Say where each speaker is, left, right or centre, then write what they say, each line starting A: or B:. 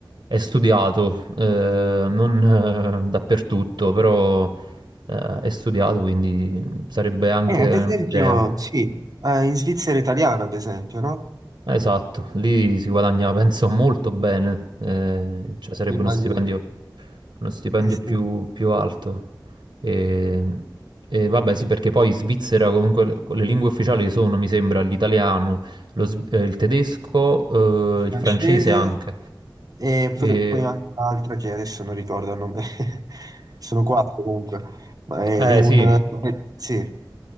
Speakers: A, on the right; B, on the right.
A: è studiato, eh, non eh, dappertutto, però eh, è studiato, quindi sarebbe anche
B: Eh, ad
A: Sì.
B: esempio,
A: un'idea.
B: sì, eh, in Svizzera italiana, ad esempio, no?
A: Eh, Esatto, lì si guadagna, penso, molto bene, eh, cioè sarebbe
B: Immagino.
A: uno stipendio, uno stipendio
B: Eh sì,
A: più, più alto. E, e vabbè, sì, perché poi in Svizzera comunque le lingue ufficiali sono, mi sembra, l'italiano, lo sv- eh, il tedesco,
B: francese
A: eh, il francese anche.
B: e
A: E-
B: pr- poi anche un'altra che adesso non ricordo il nome, <laughs> sono quattro comunque, ma è,
A: eh,
B: è
A: eh,
B: un...
A: sì,
B: eh, sì,